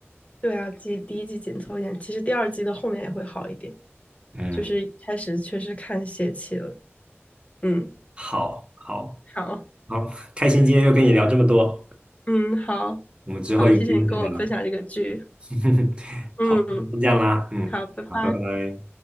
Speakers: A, on the left; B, on the right.
A: 对啊，第第一季紧凑一点，其实第二季的后面也会好一点，
B: 嗯，
A: 就是一开始确实看泄气了。嗯，
B: 好，好，
A: 好，
B: 好，开心今天又跟你聊这么多，
A: 嗯，好，
B: 我们之后有机会再聊。
A: 好，谢谢你跟我分享这个剧。
B: <laughs>
A: 嗯，
B: 好，先这样啦，嗯，
A: 好，拜拜。
B: 好，拜拜。